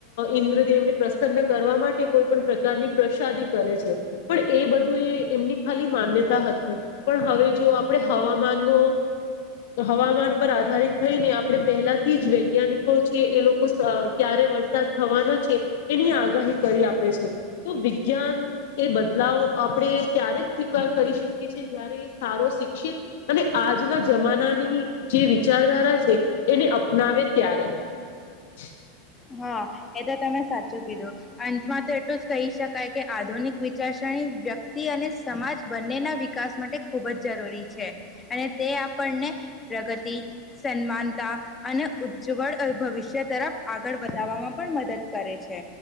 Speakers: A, on the left (about 70°); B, on the left (about 20°).
A: ઇન્દ્રદેવ ને પ્રસન્ન કરવા માટે કોઈ પણ પ્રકારની પ્રસાદી કરે છે. પણ એ બધું એ ખાલી માન્યતા હતી, પણ હવે જો આપણે હવામાન નો હવામાન પર આધારિત થઈને, આપણે પહેલાથી જ વૈજ્ઞાનિકો છે એ લોકો ક્યારે વરસાદ થવાનો છે એની આગાહી કરી આપે છે, તો વિજ્ઞાન એ બદલાવ આપણે ત્યારે જ સ્વીકાર કરી શકીએ છીએ, જયારે સારો શિક્ષિત અને આજના જમાનાની જે વિચારધારા છે એને અપનાવે ત્યારે. <unintelligible>
B: હા, એ તો તમે સાચું કીધું અંતમાં તો એટલું જ કહી શકાય કે આધુનિક વિચારસરણી વ્યક્તિ અને સમાજ બંનેના વિકાસ માટે ખૂબ જ જરૂરી છે, અને તે આપણને ને પ્રગતિ, સન્માનતા અને ઉજ્જવળ ભવિષ્ય તરફ આગળ વધવામાં પણ મદદ કરે છે